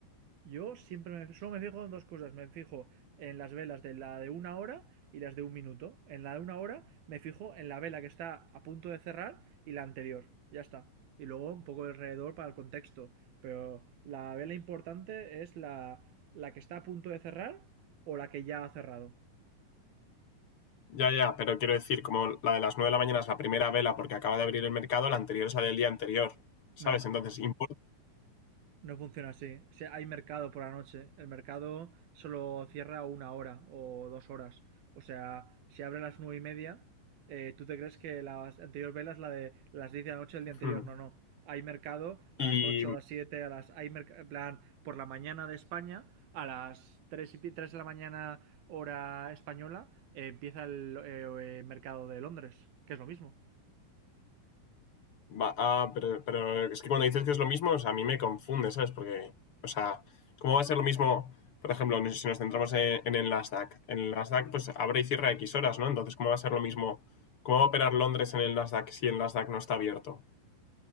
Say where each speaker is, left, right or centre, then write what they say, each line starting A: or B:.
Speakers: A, on the right (about 85°); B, on the left (about 60°).
A: Yo siempre me, solo me fijo en dos cosas. Me fijo en las velas de la de una hora y las de un minuto. En la de una hora me fijo en la vela que está a punto de cerrar y la anterior. Ya está. Y luego un poco alrededor para el contexto. Pero la vela importante es la, la que está a punto de cerrar o la que ya ha cerrado.
B: Ya, ya, pero quiero decir, como la de las 9 de la mañana es la primera vela porque acaba de abrir el mercado, la anterior es la del día anterior, ¿sabes?
A: No,
B: Entonces, importa.
A: No funciona así. Si hay mercado por la noche. El mercado solo cierra una hora o dos horas. O sea, si abre a las nueve y media, eh, tú te crees que las anterior velas la de las 10 de la noche del día anterior.
B: Hmm.
A: No, no. Hay mercado a
B: Y
A: las 8, a las 7, a las. Hay merc- en plan, por la mañana de España, a las tres y, 3 de la mañana, hora española, eh, empieza el eh, eh, mercado de Londres, que es lo mismo.
B: Va- ah, pero, pero es que cuando dices que es lo mismo, o sea, a mí me confunde, ¿sabes? Porque, o sea, ¿cómo va a ser lo mismo? Por ejemplo, no sé si nos centramos en, en el Nasdaq. En el Nasdaq, pues abre y cierra X horas, ¿no? Entonces, ¿cómo va a ser lo mismo? ¿Cómo va a operar Londres en el Nasdaq si el Nasdaq no está abierto?